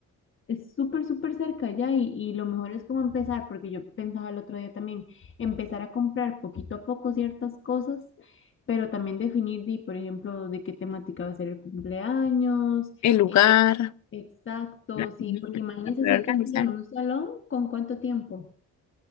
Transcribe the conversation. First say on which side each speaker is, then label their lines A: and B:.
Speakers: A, on the left; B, on the left.
A: es súper, súper cerca ya y, y lo mejor es como empezar, porque yo pensaba el otro día también, empezar a comprar poquito a poco ciertas cosas, pero también definir, di, por ejemplo, de qué temática va a ser el cumpleaños,
B: el lugar,
A: eh, exacto,
B: la comida,
A: sí, porque imagínense
B: para poder
A: si hay
B: organizar.
A: que alquilar un salón, ¿con cuánto tiempo?